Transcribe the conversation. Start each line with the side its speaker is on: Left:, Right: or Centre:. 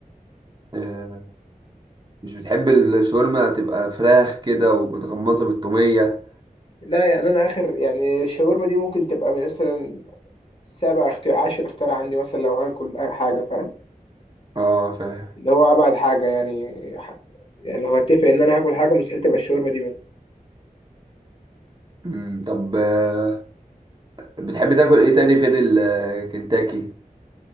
Right: آه، مش بتحب الشاورما تبقى فراخ كده ومتغمسه بالتوميه
Left: لا يعني انا اخر يعني الشاورما دي ممكن تبقى من مثلا سبع اختيار عشر اختيار عندي مثلا لو هاكل أي حاجه فاهم
Right: اه فاهم
Left: اللي هو ابعد حاجه يعني ح- يعني لو هتفق ان انا هاكل حاجه مستحيل تبقى الشاورما دي منهم
Right: مم، طب آه، بتحب تاكل ايه تاني غير الكنتاكي